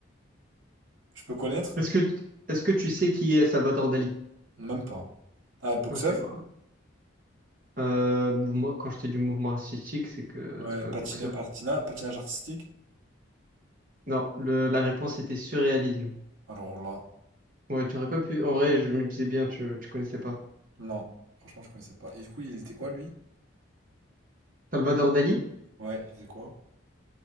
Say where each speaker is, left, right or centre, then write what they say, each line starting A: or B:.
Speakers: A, on the right (about 80°); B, on the right (about 45°).
A: Je peux connaître?
B: Est-ce que, tu- est-ce que tu sais qui est Salvador Dali?
A: Même pas. Ah, boxeur?
B: Ok, bah. Euh, mouvement, quand je te dis mouvement artistique, c'est que
A: Ouais,
B: c'est pas
A: patiné,
B: un boxeur.
A: patina, patinage artistique?
B: Non, le- la réponse était surréalisme.
A: Alors là,
B: Ouais, tu aurais pas pu. En vrai, je me disais bien, tu, tu connaissais pas.
A: non, franchement, je connaissais pas. Et du coup, il était quoi, lui?
B: Salvador Dali?
A: Ouais, il faisait quoi?